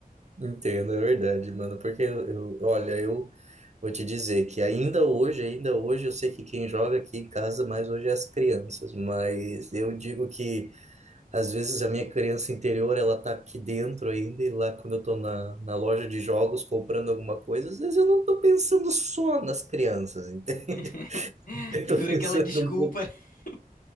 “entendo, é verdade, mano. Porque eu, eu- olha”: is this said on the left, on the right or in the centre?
Right